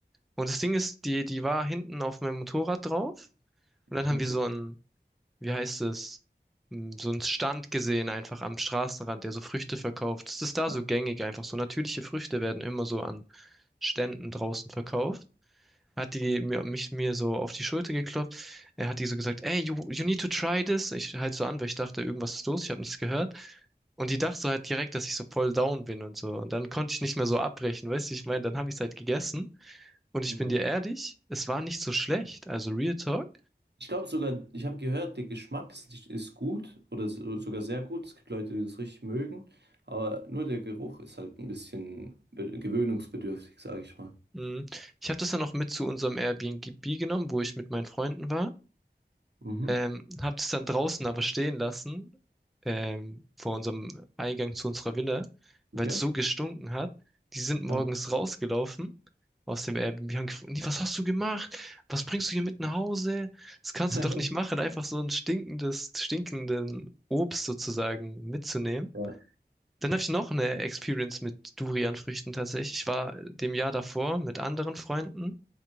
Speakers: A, in the centre; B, on the right.
A: Und das Ding ist, die, die war hinten auf meinem Motorrad drauf. Und dann haben
B: Mhm.
A: wir so einen, wie heißt es, Hm, so einen Stand gesehen, einfach am Straßenrand, der so Früchte verkauft. Das ist da
B: Ja.
A: so gängig einfach. So natürliche Früchte werden immer so an Ständen draußen verkauft. hat die mir, mich mir so auf die Schulter geklopft. Er hat die so gesagt, ey, you, you need to try this. Ich halt so an, weil ich dachte, irgendwas ist los, ich habe nichts gehört. Und die dachte so halt direkt, dass ich so voll down bin und so. Und dann konnte ich nicht mehr so abbrechen, weißt du, ich meine, dann habe ich es halt gegessen. Und ich
B: Mhm.
A: bin dir ehrlich, es war nicht so schlecht. Also Real Talk.
B: Ich glaube sogar, ich habe gehört, der Geschmack ist, ist gut oder so, sogar sehr gut. Es gibt Leute, die das richtig mögen, aber nur der Geruch ist halt ein bisschen be- gewöhnungsbedürftig, sage ich mal.
A: Mm. Ich habe das dann noch mit zu unserem Airbnb genommen, wo ich mit meinen Freunden war.
B: Mhm.
A: Ähm, hab das dann draußen aber stehen lassen, ähm, vor unserem Eingang zu unserer Villa, weil
B: Okay.
A: es so gestunken hat. Die sind morgens
B: Ha.
A: rausgelaufen aus dem Airbnb und haben gefragt, "Nee, was hast du gemacht? Was bringst du hier mit nach Hause? Das kannst
B: <laughs>
A: du doch nicht machen, einfach so ein stinkendes, stinkenden Obst sozusagen mitzunehmen.
B: Ja.
A: Dann habe ich noch eine Experience mit Durianfrüchten tatsächlich. Ich war dem Jahr davor mit anderen Freunden